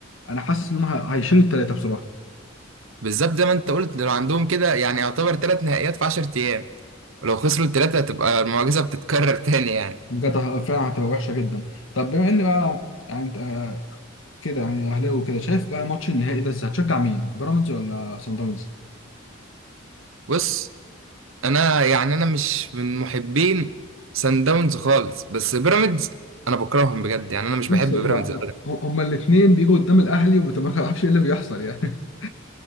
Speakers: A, on the left (about 70°); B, on the right (about 75°).
A: انا حاسس ان هم ه- هيشيلوا الثلاثة بصراحة
B: بالظبط زي ما انت قلت لو عندهم كده يعني يعتبر ثلاث نهائيات في 10 ايام ولو خسروا الثلاثه هتبقى المعجزه بتتكرر <laughs> تاني يعني
A: بجد ه- فعلا هتبقى وحشة جدا طب بما ان بقى يعني انت آه، كده يعني اهلاوي وكده شايف بقى ماتش النهائي ده ازاي هتشجع مين بيراميدز ولا سان داونز؟
B: بص انا يعني انا مش من محبين سان داونز خالص بس بيراميدز انا بكرههم بجد يعني انا مش
A: بص
B: بحب
A: هما
B: بيراميدز
A: هما الاثنين بيجوا قدام الاهلي وما تعرفش ايه اللي بيحصل يعني